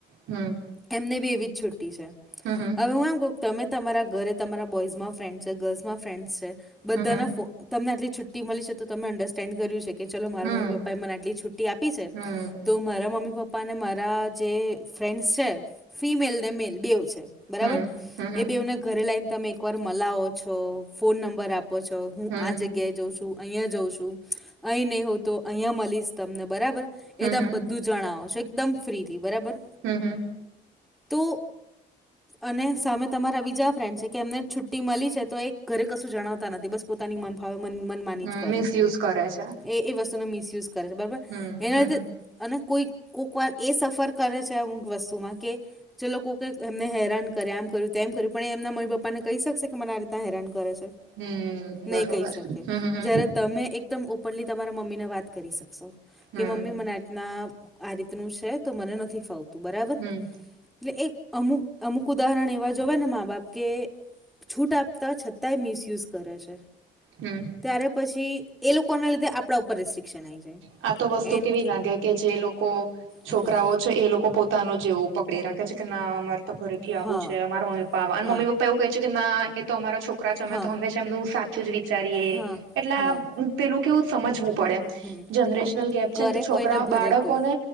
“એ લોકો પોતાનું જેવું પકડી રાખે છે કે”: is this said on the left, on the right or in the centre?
Right